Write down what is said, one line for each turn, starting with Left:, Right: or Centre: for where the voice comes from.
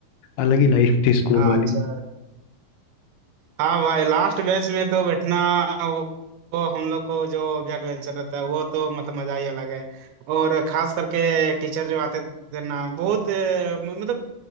Left: अलग ही लाइफ थी स्कूल
Right: हाँ,
Left: वाली
Right: अच्छा हाँ भाई लास्ट बेंच में तो बैठना वो, वो हम लोग को जो बैक बेंचर रहता है वो तो मतलब मजा ही अलग है और खास करके टीचर जो आते थे ना बहुत अ, म- मतलब